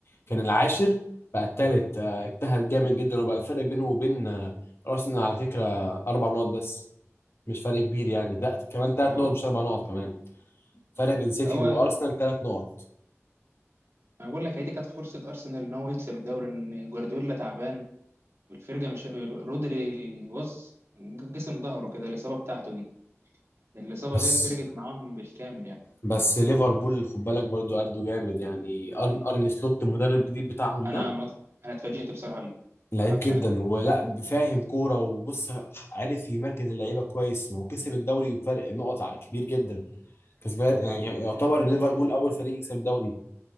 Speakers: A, on the left; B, on the right.
A: كان العاشر بقى التالت آه، اجتهد جامد جدا وبقى الفرق بينه وبين آه، ارسنال على فكره اربع نقط بس مش فرق كبير يعني لا كمان ثلاث
B: أنا بقول
A: نقط مش اربع نقط كمان فرق بين سيتي
B: ده هو
A: وارسنال ثلاث نقط
B: أنا بقول لك هي دي كانت فرصة أرسنال إن هو يكسب الدوري إن جوارديولا تعبان والفرقة مش رودري بص جسم ظهره كده الإصابة بتاعته دي الإصابة
A: بس
B: ديت فرقت معاهم بالكامل يعني
A: بس ليفربول خد بالك برضو قدوا جامد يعني أرن أرني سلوت المدرب الجديد بتاعهم
B: أنا
A: ده
B: مط... أنا اتفاجئت بصراحة بيه
A: لعيب
B: مضحكش
A: جدا
B: عليك
A: ولا فاهم كوره وبص عارف يمركز اللعيبه كويس وكسب الدوري بفرق نقط ع- كبير جدا كسبان يعني يعتبر ليفربول اول فريق يكسب الدوري